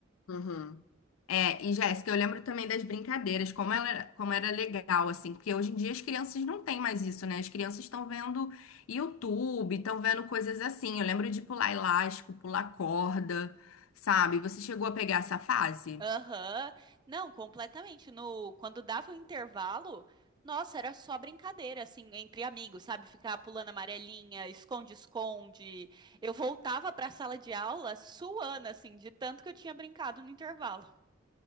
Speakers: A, on the left (about 85°); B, on the right (about 20°).
A: Uhum. É, e Jéssica, eu lembro também das brincadeiras, como ela, era- como era legal, assim, porque hoje em dia as crianças não têm mais isso, né? As crianças estão vendo YouTube, estão vendo coisas assim. Eu lembro de pular elástico, pular corda, sabe? Você chegou a pegar essa fase?
B: Aham. Não, completamente. No, quando dava o intervalo, nossa, era só brincadeira, assim, entre amigos, sabe? Ficar pulando amarelinha, esconde-esconde. Eu voltava para a sala de aula suando, assim, de tanto que eu tinha brincado no intervalo.